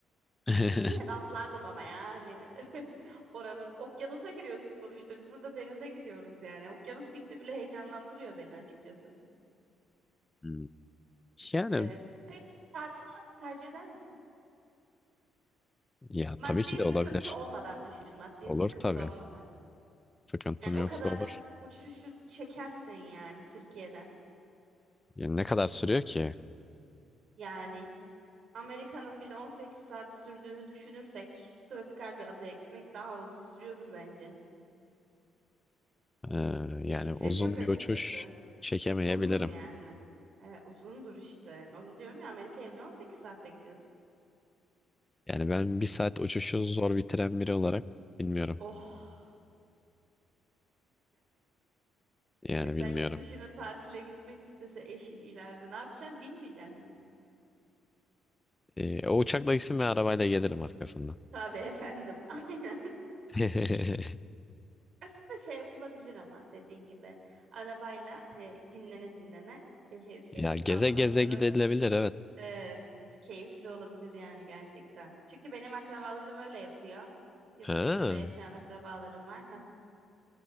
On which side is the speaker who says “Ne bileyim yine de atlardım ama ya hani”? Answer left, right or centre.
Right